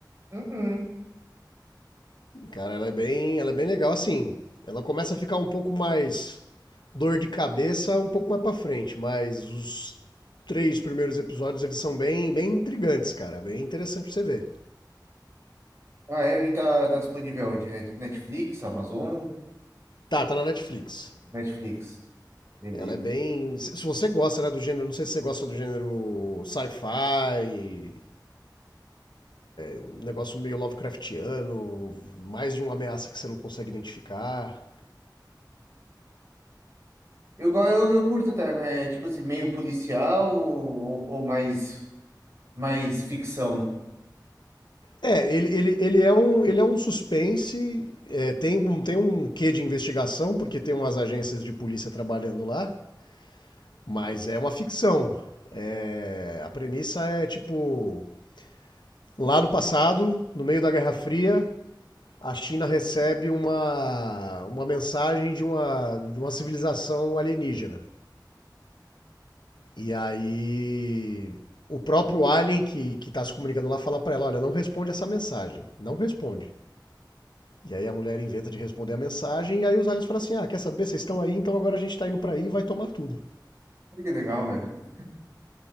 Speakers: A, on the right; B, on the left.
A: Uhum.
B: Cara, ela é bem, ela é bem legal, assim. Ela começa a ficar um pouco mais dor de cabeça um pouco mais pra frente, mas os três primeiros episódios eles são bem, bem intrigantes, cara. Bem interessante pra você ver.
A: Ah, é, ele tá, tá disponível onde? Net- Netflix, Amazon?
B: Tá, tá na Netflix.
A: Netflix. Beleza.
B: Ela é bem. Se se você gosta, né, do gênero, não sei se você gosta do gênero sci-fi, Um negócio meio Lovecraftiano, mais de uma ameaça que você não consegue identificar.
A: Eu, go- eu, eu curto até, mas é tipo assim, meio policial ou, ou mais. Mas ficção.
B: É, ele, ele, ele, é, um, ele é um suspense, é, tem, um, tem um quê de investigação, porque tem umas agências de polícia trabalhando lá, mas é uma ficção. É, a premissa é tipo: lá no passado, no meio da Guerra Fria, a China recebe uma, uma mensagem de uma, de uma civilização alienígena. E aí o próprio alien que, que está se comunicando lá fala para ela, olha, não responde essa mensagem, não responde. E aí a mulher inventa de responder a mensagem e aí os aliens falam assim, ah, quer saber, vocês estão aí, então agora a gente está indo para aí e vai tomar tudo.
A: Olha Que legal, velho.